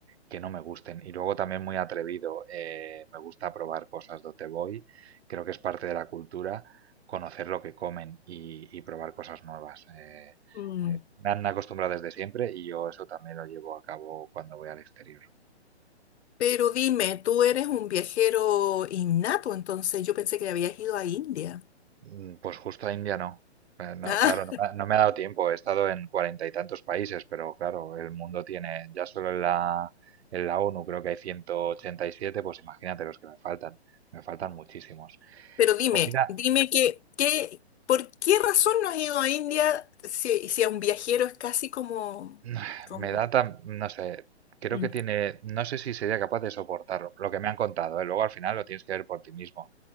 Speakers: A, on the right (about 70°); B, on the left (about 75°).
A: que no me gusten. Y luego también muy atrevido, eh, me gusta probar cosas donde voy, creo que es parte de la cultura conocer lo que comen y, y probar cosas nuevas. Eh,
B: Mm.
A: eh, me han acostumbrado desde siempre y yo eso también lo llevo a cabo cuando voy al exterior.
B: Pero dime, tú eres un viajero innato, entonces yo pensé que habías ido a India.
A: Mm, Pues justo a India no. Eh, no,
B: Ah,
A: claro, no, me ha no me ha dado tiempo. He estado en cuarenta y tantos países, pero claro, el mundo tiene, ya solo en la, en la ONU creo que hay ciento ochenta y siete pues imagínate los que me faltan. Me faltan muchísimos.
B: pero dime,
A: Comida,
B: dime que, que, ¿por qué razón no has ido a India si, si a un viajero es casi como,
A: <sighs>
B: como...
A: Me da tan, no sé, creo
B: Mm.
A: que tiene, no sé si sería capaz de soportarlo, lo que me han contado, ¿eh? Luego al final lo tienes que ver por ti mismo.